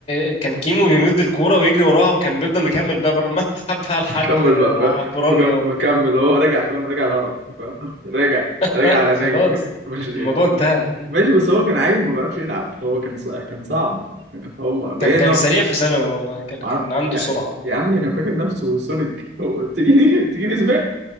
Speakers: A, on the left; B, on the right.
A: آه، كان كيمو بيمد الكوره ويجري وراها وكان بيفضل مكمل بقى بره الملعب بقى لحد
B: كمل
A: آه،
B: بقى فاهم
A: بورانيا
B: مكم- مكمل هو راجع فاهم راجع الهرم فاهم راجع
A: <laughs>
B: راجع على هناك
A: خلاص
B: بجد مش
A: الموضوع
B: كده
A: انتهى
B: ماشي بس هو كان عيل ما بيعرفش يلعب هو كان ص- كان صعب هو ما- باين
A: كان كان
B: ان هو
A: سريع في ثانوي والله كان
B: مع-
A: كان عنده
B: يا
A: سرعة
B: يا عم ده كان فاكر نفسه سونيك هو تجيني تجيني سباق